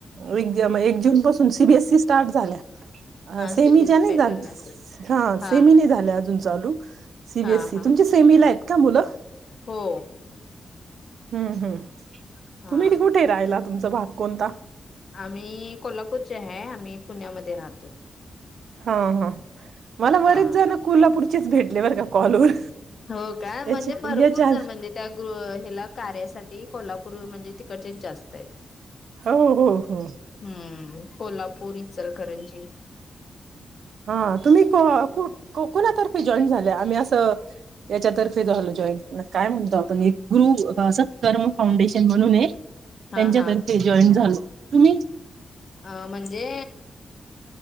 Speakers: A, on the right (about 80°); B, on the left (about 45°).
A: विगं एक जून पासून सीबीएससी स्टार्ट झाल्या.
B: हा
A: सेमीच्या
B: सीबीएसई
A: नाही
B: पॅटर्न असेल
A: हाय,
B: हा
A: सेमी नाही झाल्या अजून चालू सीबीएससी
B: हा हा
A: तुमच्या सेमी ला आहेत मुलं
B: हो.
A: हम्म हम्म.
B: हा.
A: तुम्ही बी कुठे राहिला. तुमचा भाग कोणता
B: आम्ही कोल्हापूर आम्ही पुण्यामध्ये राहतोय..
A: हो हो मला बरेच
B: हा.
A: जण कोल्हापूर भेटले बरं का कॉलवर.
B: हो का
A: याच्या
B: म्हणजे भरपूर
A: याच्या
B: जण म्हणजे त्या गृ ह्याला कार्यासाठी. कोल्हापूर म्हणजे तिकडचेच जास्त आहेत.
A: हो हो हो.
B: हम्म कोल्हापूर इचलकरंजी.
A: हा तुम्ही को कु कोणातर्फे जॉईनड झाले आम्ही असं याच्यातर्फे झालो जॉईन काय म्हणतोता ग्रुप सत्कर्म फाउंडेशन म्हणूने.
B: हा
A: त्यांच्यातर्फे
B: हा.
A: जॉईड झालो. तुम्ही
B: अ म्हणजे